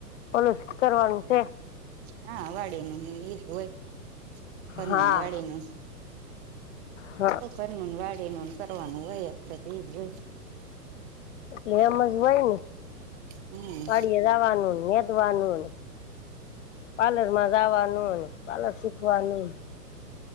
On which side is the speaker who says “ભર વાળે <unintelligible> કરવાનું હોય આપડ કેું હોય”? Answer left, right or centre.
Right